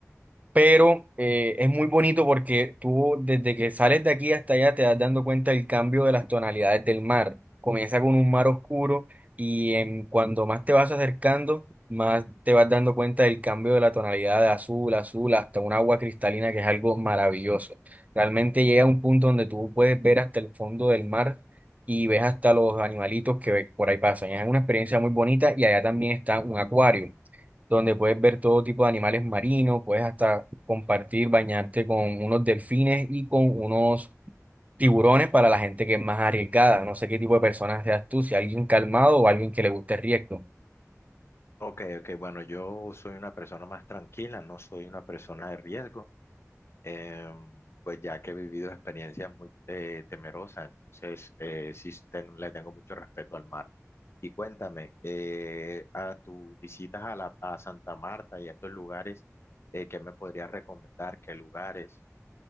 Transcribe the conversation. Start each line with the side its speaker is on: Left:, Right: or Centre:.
Right: pero eh, es muy bonito porque tú desde que sales de aquí hasta allá te das dando cuenta del cambio de las tonalidades del mar. Comienza con un mar oscuro y en, cuando más te vas acercando, más te vas dando cuenta del cambio de la tonalidad de azul, azul, hasta un agua cristalina que es algo maravilloso. Realmente llega a un punto donde tú puedes ver hasta el fondo del mar. Y ves hasta los animalitos que por ahí pasan. Es una experiencia muy bonita y allá también está un acuario donde puedes ver todo tipo de animales marinos, puedes hasta compartir, bañarte con unos delfines y con unos tiburones para la gente que es más arriesgada. No sé qué tipo de personas seas tú, si alguien calmado o alguien que le guste el riesgo.
Left: Ok, ok, bueno, yo soy una persona más tranquila, no soy una persona de riesgo. em, pues ya que he vivido experiencias muy eh, temerosas, entonces eh, sí ten- le tengo mucho respeto al mar. Y cuéntame, eh, a tus visitas a, la, a Santa Marta y a estos lugares, eh, ¿qué me podrías recomendar? ¿Qué lugares?